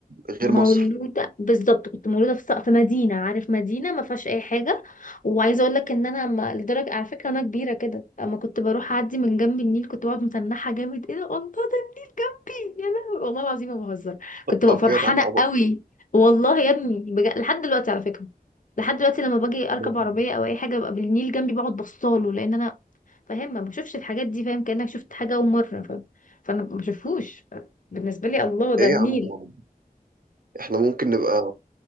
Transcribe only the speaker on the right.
غير
مصر
ابيض
على العبط
بجد.
ايه يا
عم العبط ده؟ احنا ممكن نبقى